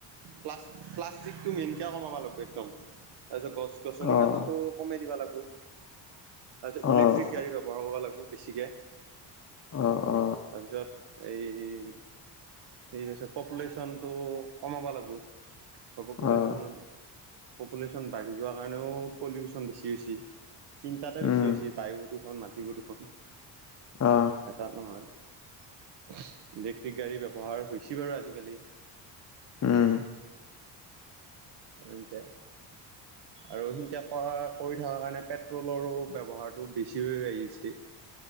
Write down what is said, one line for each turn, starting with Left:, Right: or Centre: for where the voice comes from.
Right: প্লাষ্ট প্লাষ্টিকতো মেইন কমাব লাগব একদম তাৰপিছত গছ গছনি
Left: অ',
Right: কটাটো সোমেই দিব লাগব। তাৰপিছত ইলেক্ট্ৰিক
Left: অ',
Right: গাড়ী ব্যৱহাৰ কৰিব লাগিব বেছিকে
Left: অ অ
Right: তাৰপিছত এই থিক আছে পপুলেচনটো কমাব লাগিব। হব পপুলেশ্যন
Left: অ',
Right: পপুলেশ্যন বাঢ়ি যোৱাৰ কাৰণেও পলিউচন বেছি হৈছে। তিনটাতে বেছি
Left: উম,
Right: হৈছে বায়ু প্ৰদুষণ মাটি প্ৰদুষণ।
Left: অ
Right: এটাত নহয় ইলেক্ট্ৰিক গাড়ী ব্যৱহাৰ হৈছে বাৰু আজিকালি
Left: উম
Right: আৰ এনকে আৰু সেনকে কৰা কৰি থকাৰ কাৰণে পেট্ৰলৰো ব্যৱহাৰটো বেছি হৈ হৈ আহি আছে